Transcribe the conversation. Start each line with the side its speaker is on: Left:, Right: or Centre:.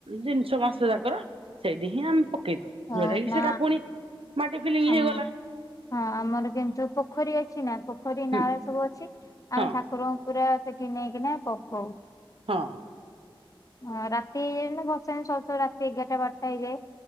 Right: ଜିନିଷ ମାସ ଯାକର ସେଇଠି ହିଁ ଆମେ ପକେଇ ଦଉ।
Left: ହଉ
Right: ଯୋଉଟା କିି
Left: ନା
Right: ସେଟା ପୁଣି ମାଟି ଫିଲିଙ୍ଗ
Left: ଆମ
Right: ହେଇଗଲା।
Left: ହଁ ଆମର କିନ୍ତୁ ପୋଖରୀ ଅଛି ନା ପୋଖରୀ
Right: ହୁଁ
Left: ନାଳ ସବୁ ଅଛି
Right: ହଁ
Left: ଆମେ ଠାକୁର ପୁରା ସେଠି ନେଇକିନା ପକଉ।
Right: ହଁ।
Left: ହଁ ରାତି ହେନେ ଭସାଣୀ ସରୁ ସରୁ ରାତି ଏଗାରଟା ବାରଟା ହେଇଯାଏ।